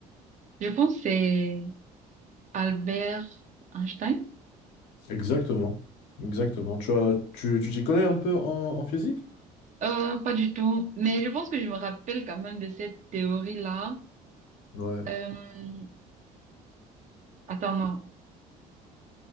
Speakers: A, on the right; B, on the left.
A: je pense que c'est Albert Einstein.
B: Exactement. Exactement. Tu as, tu, tu t'y connais un peu en, en physique?
A: Euh, pas du tout, mais je pense que je me rappelle quand même de cette théorie-là.
B: Ouais.
A: Euh, attends, non.